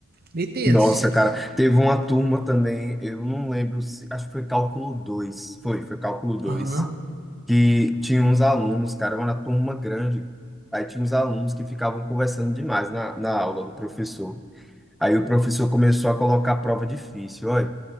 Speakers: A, on the right; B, in the centre.
A: meio tenso.
B: Nossa, cara, teve uma turma também, eu não lembro se, acho que foi cálculo 2. foi, foi cálculo dois
A: Aham.
B: que tinha uns alunos, cara, era uma turma grande, aí tinha uns alunos que ficavam conversando demais na, na aula do professor. Aí o professor começou a colocar prova difícil, olha,